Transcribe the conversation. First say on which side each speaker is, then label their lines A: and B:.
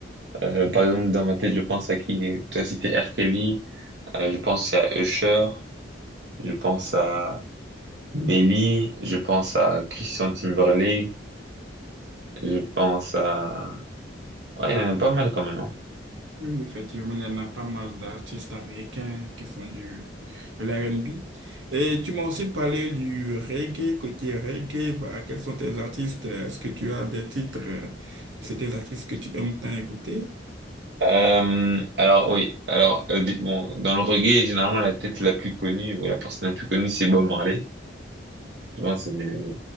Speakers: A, on the right; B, on the right.
A: Euh, par exemple, dans ma tête, je pense à qui? Toi, c'était R. Kelly. Euh, je pense à Usher. Je pense à Nelly, je pense à Christian Timberlake, je pense à... Ouais, il y en a pas mal quand même. hein.
B: Oui, oui, effectivement, il y en a pas mal d'artistes américains qui font du, de l'R&B. Et tu m'as aussi parlé du reggae, côté reggae, bah, quels sont tes artistes? euh, Est-ce que tu as des titres euh, de ces artistes que tu aimes tant écouter?
A: Euh, alors oui, alors euh, des- bon, dans le reggae, généralement la tête la plus connue ou la personne la plus connue, c'est Bob Marley. Je pense que c'est euh,